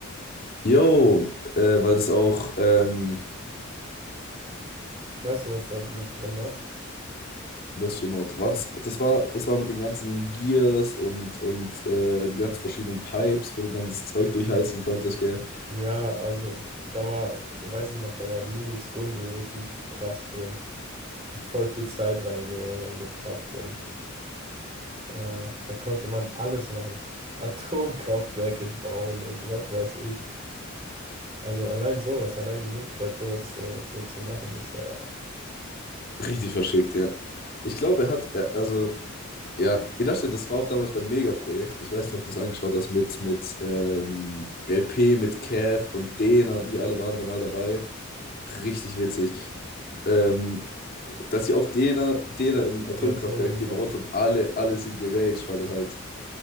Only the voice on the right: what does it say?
Weißt du, was da noch drin war?
Ja, also da war, weiß ich noch, da war Louis Gundel richtig krass drin. da voll viel Zeit reinge reingepackt und äh, da konnte man alles machen. <laughs> Atomkraftwerke bauen und was weiß ich. Also allein sowas, allein die Möglichkeit, sowas so, so zu machen, ist ja
die Atombombe.